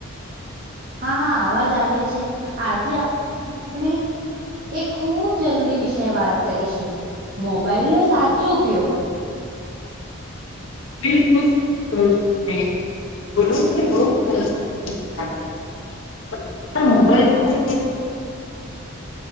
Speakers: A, on the right (about 40°); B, on the left (about 65°).
A: હા હા આવાજ આવે છે આજે આપણે એ ખૂબ જરૂરી વિષ વાત કરીશું મોબાઈલ નો સાચો ઉપયોગ
B: બલકુલ કર છો તમે બોલો બ સર પણ મોબાઈલ છે